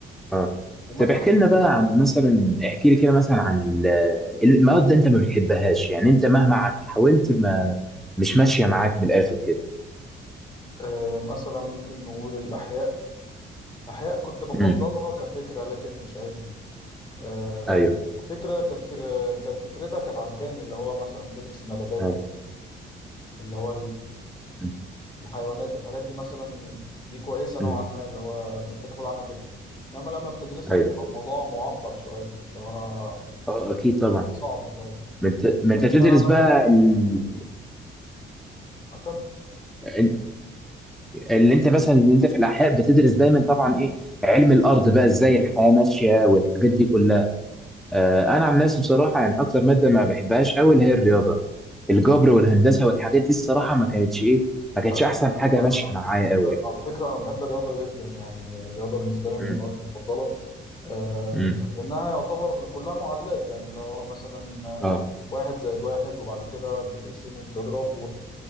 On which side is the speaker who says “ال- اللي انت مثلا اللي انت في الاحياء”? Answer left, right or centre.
Centre